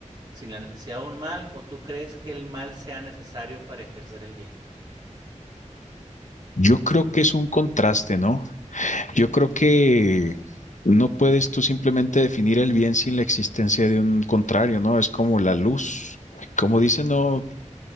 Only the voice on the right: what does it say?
sin la necesidad de un mal, o tú crees que el mal sea necesario para ejercer el bien?